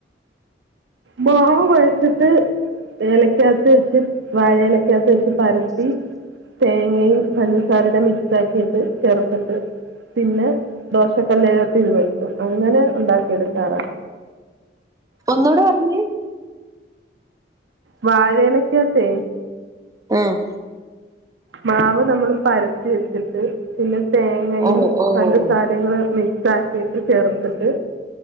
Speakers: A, on the right (about 80°); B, on the right (about 20°).
A: മാവ കുഴച്ചിട്ട് ഏലയ്ക്കകത്ത് വെച്ച് വാഴ ലക്കകത്ത് വെച്ച് പരത്തി തേങ്ങയും പഞ്ചസാരയുടെ മിക്സ് ആക്കിയിട്ട് ചേർത്തിട്ട് പിന്നെ ദോഷക്കല്ലയിലോട്ട് ഇരുവെക്കും അങ്ങനെ ഉണ്ടാക്കിയെടുക്കാറാണ്.
B: ഒന്നോട് പറഞ്ഞേ
A: വാഴയിലക്കെത്ത
B: ആഹ്
A: മാവ് നമ്മൾ പരത്തി വെച്ചിട്ട് പിന്നെ തേങ്ങയും
B: ഓഹ് ഓഹ്
A: പഞ്ചസാരയിം മിക്സ് ആക്കിയിട്ട് ചേർത്തിട്ട്